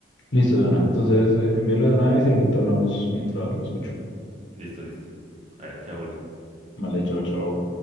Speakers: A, on the left; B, on the right.
A: listo de una. Entonces eh, envíalo de una vez y ahorita hablamos mientras lo escucho.
B: Listo, listo. Vale, chao, Juli.
A: Vale, chao, chao.